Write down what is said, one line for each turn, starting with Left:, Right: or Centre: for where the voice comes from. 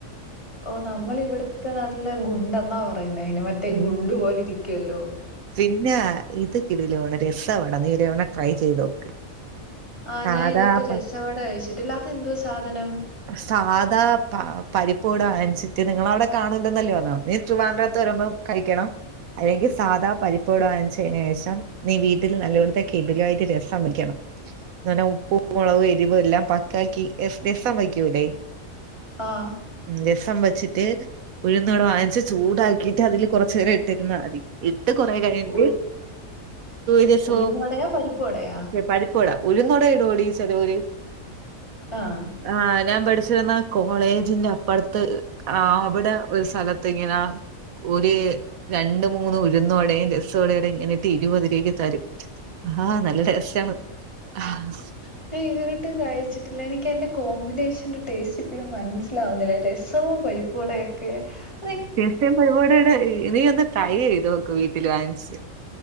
Left: ഓ നമ്മൾ ഇവിടുത്തെ നാട്ടിലെ ഗുണ്ടെന്നാ പറയുന്നേ അയ്ന് മറ്റ
Right: ഉം.
Left: ഗുണ്ടു പോലെ ഇരിക്കുവല്ലോ
Right: പിന്നെ ഇത് കിടയിലോണ് രസമാണ് നീ ഒരുതവണ ട്രൈ ചെയ്ത് നോക്ക്
Left: ആഹ്
Right: സാധാ
Left: ഞാൻ ഇതൊട്ട് രസവട കഴിച്ചിട്ടില്ലാ അത് എന്തോ സാധനം
Right: സാധാ പരിപ്പുവട വാങ്ങിച്ചിട്ട് നിങ്ങള അവിടെ കാണൂല്ലന്നല്ലേ പറഞ്ഞേ നീ ട്രിവാൻഡ്രത്ത് വരുമ്പം കഴിക്കണം അല്ലെങ്കിൽ സാധാ പരിപ്പട വ വാങ്ങിച്ചതിന് ശേഷം നീ വീട്ടിൽ നല്ലോടത്തെ കിഡിലമായിട്ട് രസം വെക്കണം അങ്ങനെ ഉപ്പും മുളകും എരിവും എല്ലാം പക്കാക്കി രസം വയ്ക്കൂല്ലേ
Left: ആഹ്
Right: രസം വെച്ചിട്ട് ഉഴുന്ന് വട വാങ്ങിച്ച് ചൂടാക്കിട്ട് അതില് കുറച്ചു നേരം ഇട്ടിരുന്ന മതി ഇട്ട് കൊറെ കഴിഞ്ഞിട്ട്
Left: ഉ
Right: രസവും
Left: ഉഴുന്ന് വടയാ പരിപ്പ് വടയാ?
Right: പരിപ്പ് വട ഉഴുന്നു വട ഇടോടി ചെലോര്
Left: ആഹ്
Right: ആഹ് ഞാൻ പഠിച്ചിരന്നാ കോളേജിന്റെ അപ്പറത്ത് ആഹ് അവിടെ ഒരു സ്ഥലത്ത്ങ്ങനാ ഒരു രണ്ട് മൂന്ന് ഉഴുന്ന് വടെയും രസവടെയും ഇങ്ങനെട്ട് ഇരുപത് രൂപക്ക് തരും ആഹ് നല്ല ടേസ്റ്റാണ് ആഹ്
Left: <unintelligible> തൊരു ട്ടും കഴിച്ചിട്ടില്ല എനിക്ക് അയിൻ്റെ കോമ്പിനേഷന്റെ ടേസ്റ്റ് ഇപ്പോഴും മനസ്സിലാവുന്നില്ല രസവും പരിപ്പുവടെയൊക്കെ ക്കെ
Right: രസം പരിപ്പുവടയുടെയും ഇയ് ഒന്ന് ട്രൈ ചെയ്ത് നോക്ക് വീട്ടിൽ വാങ്ങിച്ച്